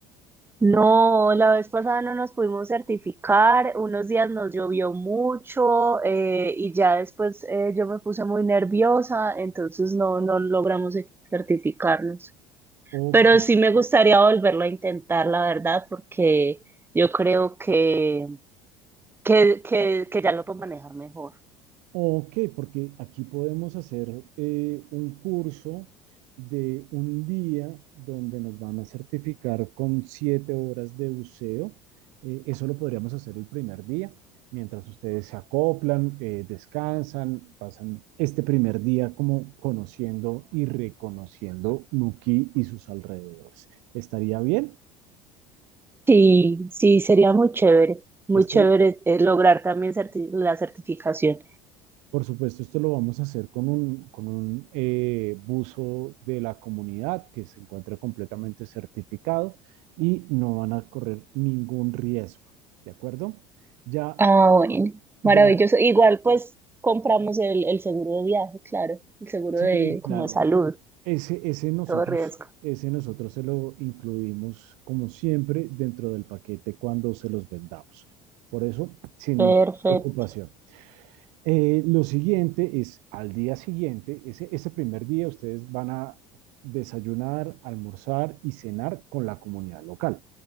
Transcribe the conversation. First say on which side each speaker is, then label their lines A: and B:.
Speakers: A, on the right (about 15°); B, on the right (about 65°).
A: No, la vez pasada no nos pudimos certificar, unos días nos llovió mucho eh, y ya después eh, yo me puse muy nerviosa, entonces no, no logramos e- certificarnos.
B: Ok.
A: Pero sí me gustaría volverlo a intentar, la verdad, porque yo creo que, que, que, que ya lo puedo manejar mejor.
B: Ok, porque aquí podemos hacer eh, un curso de un día donde nos van a certificar con siete horas de buceo. Eh, eso lo podríamos hacer el primer día, mientras ustedes se acoplan, eh, descansan, pasan este primer día como conociendo y reconociendo Nuquí y sus alrededores. ¿Estaría bien?
A: Sí, sí, sería muy chévere, muy
B: Esto,
A: chévere eh, lograr también certi- la certificación.
B: Por supuesto, esto lo vamos a hacer con un, con un eh, buzo de la comunidad que se encuentra completamente certificado y no van a correr ningún riesgo, ¿de acuerdo? Ya,
A: Ah, bueno,
B: ya,
A: maravilloso. Igual pues compramos el, el seguro de viaje, claro, el seguro
B: sí,
A: de
B: claro,
A: como de salud,
B: ese, ese nosotros,
A: todo riesgo.
B: ese nosotros se lo incluimos como siempre dentro del paquete cuando se los vendamos. Por eso, sin
A: Perfecto.
B: ninguna preocupación. Eh, lo siguiente es, al día siguiente, ese, ese primer día ustedes van a desayunar, almorzar y cenar con la comunidad local.